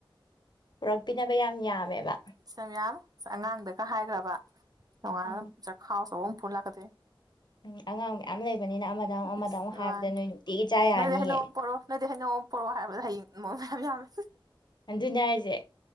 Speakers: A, on the left; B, on the right.
A: ꯄꯨꯔꯛꯄꯤꯅꯕ ꯌꯥꯝ ꯌꯥꯝꯃꯦꯕ
B: ꯏꯁ ꯃꯌꯥꯝ ꯑꯉꯥꯡꯗꯒ ꯍꯥꯏꯒ‍꯭ꯔꯕ ꯅꯣꯡꯉꯥꯜꯂ
A: ꯎꯝ
B: ꯆꯈꯥꯎ ꯑꯆꯧꯕ ꯑꯃ ꯄꯨꯔꯒ ꯂꯛꯀꯗꯣꯢꯅꯤ
A: ꯎꯝ ꯑꯉꯥꯡ ꯃꯌꯥꯝ ꯂꯩꯕꯅꯤꯅ ꯑꯃꯗ ꯑꯃꯨꯛ ꯑꯃꯗ
B: ꯏꯁ
A: ꯑꯃꯨꯛ ꯍꯥꯏꯕꯗ
B: ꯃꯥꯅꯤ
A: ꯅꯣꯏ ꯅꯨꯡꯇꯤꯒꯤ ꯆꯥꯕ ꯌꯥꯅꯤꯌꯦ
B: ꯅꯣꯏꯗꯩ ꯍꯩꯅꯧ ꯑꯃ ꯄꯣꯔꯛꯑꯣ ꯅꯣꯏꯗꯩ ꯍꯩꯅꯧ ꯑꯝ ꯄꯣꯔ‌ꯣ ꯍꯥꯏꯔꯕꯗ ꯍꯌꯦꯡ ꯑꯃꯨꯛ ꯃꯌꯥꯝ ꯌꯥꯝꯃꯦ
A: ꯑꯗꯨꯅꯦ ꯍꯥꯏꯁꯦ